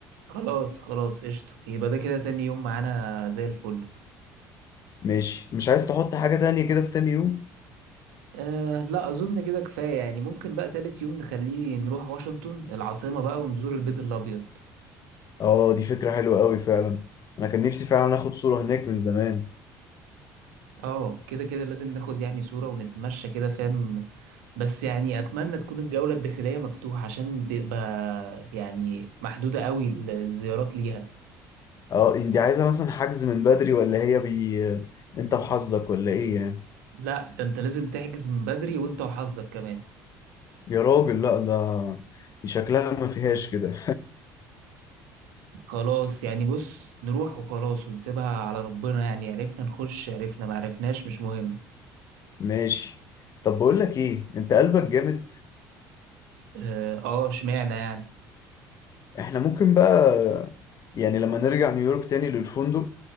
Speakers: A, on the right; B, on the left.
A: خلاص خلاص قشطة يبقى ده كده تاني يوم معانا زي الفل
B: ماشي مش عايز تحط حاجة تانية كده في تاني يوم؟
A: أه لا أظن كده كفاية يعني ممكن بقى تالت يوم نخليه نروح واشنطن العاصمة بقى ونزور البيت الأبيض
B: اه دي فكرة حلوة قوي فعلا انا كان نفسي فعلا اخد صورة هناك من زمان
A: اه كده كده لازم ناخد يعني صورة ونتمشى كده فاهم بس يعني اتمنى تكون الجولة الداخلية مفتوحة عشان تبقى يعني محدودة قوي ال- الزيارات ليها
B: اه انت عايزة مثلا حجز من بدري ولا هي بي انت وحظك ولا ايه يعني
A: لا ده انت لازم تحجز من بدري وانت وحظك كمان
B: يا راجل لا ده دي شكلها ما فيهاش كده
A: خلاص يعني بص نروح وخلاص ونسيبها على ربنا يعني عرفنا نخش عرفنا ما عرفناش مش مهم
B: ماشي طب بقول لك ايه انت قلبك جامد
A: اه آه، اشمعنى يعني
B: احنا ممكن بقى يعني لما نرجع نيويورك تاني للفندق